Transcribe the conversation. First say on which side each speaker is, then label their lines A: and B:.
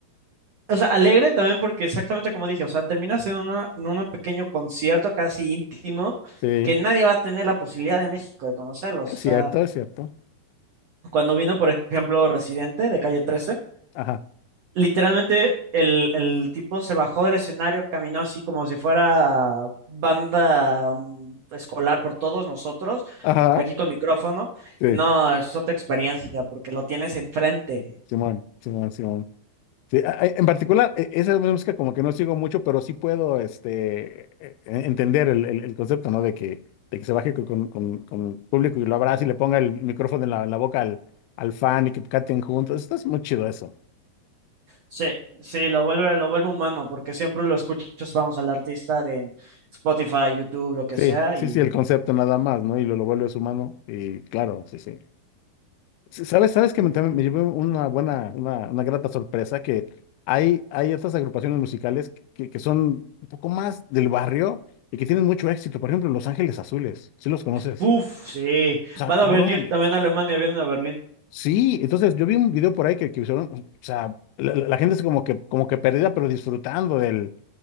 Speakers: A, on the right; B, on the left.
A: O sea, alegre también porque exactamente como dije, o sea, terminas en, una- en un pequeño concierto casi íntimo
B: Sí,
A: que nadie va a tener la posibilidad de México de conocerlos.
B: es
A: O sea,
B: cierto, es cierto.
A: cuando vino, por ejemplo, Residente de Calle 13,
B: Ajá,
A: literalmente el, el tipo se bajó del escenario, caminó así como si fuera banda mm, escolar por todos nosotros,
B: ajá,
A: aquí con micrófono.
B: sí,
A: No, es otra experiencia porque lo tienes enfrente.
B: Simón, Simón, Simón. Sí, a- a- en particular, e- esa música como que no sigo mucho, pero sí puedo este, e- e- entender el, el- el concepto, ¿no? De que, de que se baje con, con, con- con el público y lo abrace y le ponga el micrófono en la, en la boca al, al fan y que canten juntos. Esto es muy chido eso.
A: Sí, sí, lo vuelve, lo vuelve humano, porque siempre lo escuchas, vamos, al artista de en Spotify, YouTube, lo que
B: Sí,
A: sea,
B: sí,
A: y
B: sí, el concepto nada más, ¿no? Y lo, lo vuelves humano y claro, sí, sí. ¿Sabes? ¿Sabes que me, también me llevé una buena, una, una grata sorpresa? Que hay, hay otras agrupaciones musicales que, que son un poco más del barrio y que tienen mucho éxito. Por ejemplo, Los Ángeles Azules, ¿Sí los conoces?
A: ¡puf! Sí,
B: O sea,
A: van
B: cabrón.
A: a venir también a Alemania, vienen a Berlín.
B: Sí, entonces yo vi un video por ahí que, que hicieron, o sea, la, la- la gente es como que, como que perdida, pero disfrutando del,